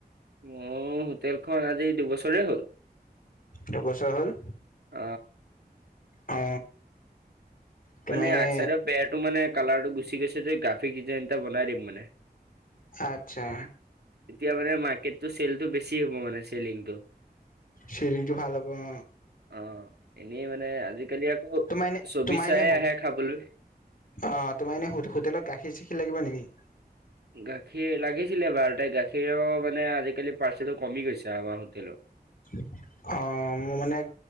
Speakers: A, on the right (about 75°); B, on the left (about 55°).
A: মোৰ হোটেলখন আজি দুবছৰে হ'ল।
B: দুবছৰ হ'ল,
A: অ'।
B: অ। তোমাৰ
A: মানে
B: এনে
A: আগ চাইডৰ পেৰটো মানে কালাৰটো গুচি গৈছে যে গ্ৰাফিক ডিজাইন এটা বনাই দিম মানে।
B: আত্চ্ছা।
A: তেতিয়া মানে মাৰ্কেটটো চেলটো বেছি হ'ব মানে চেলিংটো।
B: চেলিংটো ভাল হ'ব অ।
A: অ এনেই মানে আজিকালি আকৌ
B: তোমাৰ এনে
A: ছবি
B: তোমাৰ
A: চাই
B: এনে
A: আহে খাবলৈ।
B: অ তোমাৰ এনে হোটেলত গাখীৰ চাখীৰ লাগিব নেকি?
A: গাখীৰ লাগিছিলে বাৰ তাই গাখীৰৰ মানে আজিকালি পাৰ্চেলটো কমি গৈছে আমাৰ হোটেলত।
B: <inaudible> অ মোৰ মানে